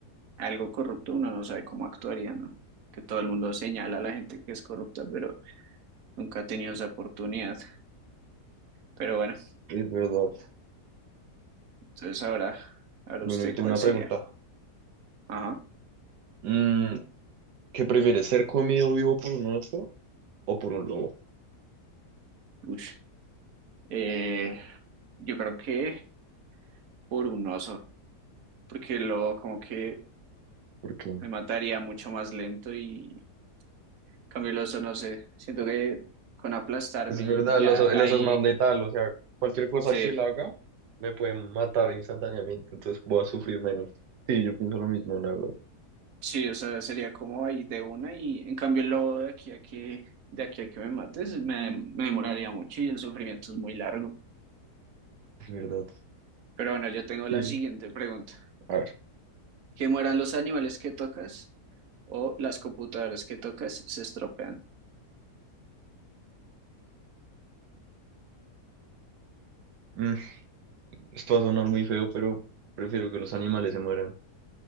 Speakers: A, on the right; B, on the right.
A: algo corrupto, uno no sabe cómo actuaría, ¿no? Que todo el mundo señala a la gente que es corrupta, pero nunca ha tenido esa oportunidad. Pero bueno,
B: es verdad.
A: entonces ahora, ahora
B: Bueno,
A: usted
B: yo tengo
A: cuál
B: una
A: sería.
B: pregunta.
A: Ajá.
B: Mm, ¿qué prefieres, ser comido vivo por un oso o por un lobo?
A: Ush. Eh, yo creo que por un oso, porque lo como que
B: ¿Por qué?
A: me mataría mucho más lento y Cambio Loza, no sé. Siento que con aplastarme
B: Es verdad,
A: y ya
B: el oso, el
A: ahí
B: oso es más letal, o sea, cualquier cosa
A: sí,
B: que él haga me puede matar instantáneamente, entonces voy a sufrir menos. Sí, yo pienso lo mismo, la verdad.
A: sí, o sea, sería como ahí de una y en cambio lo de aquí a que de aquí a que me mates me, me demoraría mucho y el sufrimiento es muy largo.
B: Es verdad.
A: Pero bueno, yo tengo la
B: Sí,
A: siguiente pregunta.
B: a ver.
A: ¿Que mueran los animales que tocas o las computadoras que tocas se estropean?
B: mm, esto va a sonar muy feo, pero prefiero que los animales se mueran.